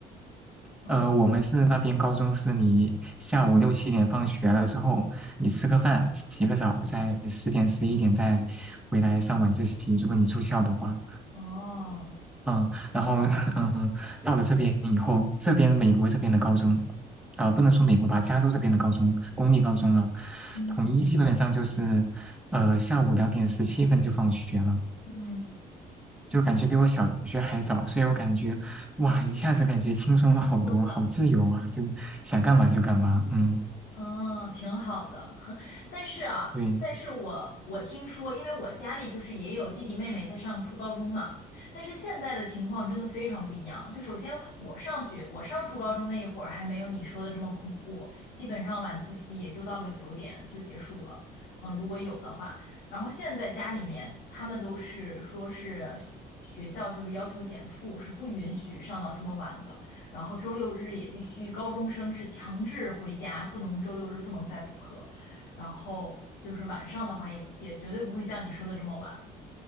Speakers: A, on the left (about 75°); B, in the centre.
A: 嗯，
B: 呃，我们是那边高中是你下午六七点放学了之后，你吃个饭、洗个澡，在十点、十一点再回来上晚自习，如果你住校的话。
A: 哦，
B: 嗯，然后，<laughs> 嗯、到了这边以后，这边美国这边的高中，啊、不能说美国吧，加州这边的高中，公立高中了，
A: 嗯，
B: 统一基本上就是，呃，下午两点十七分就放学了，
A: 嗯，
B: 就感觉比我小学还早，所以我感觉，哇，一下子感觉轻松了好多，
A: 轻松了。
B: 好自由啊，就想干嘛就干嘛，嗯，
A: 哦，挺好的，<laughs> 但是啊，
B: 对，
A: 但是我我听说，因为我家里就是也有弟弟妹妹在上初高中嘛，但是现在的情况真的非常不一样。就首先我上学，我上初高中那一会儿还没有你说的这么恐怖，基本上晚自习也就到个九点就结束了，嗯、如果有的话。然后现在家里面他们都是说是学学校就是要求减负，是不允许上到这么晚的。然后周六日也必须高中生是强制回家，不能周六日不能再补课。然后就是晚上的话也，也绝对不会像你说的这么晚。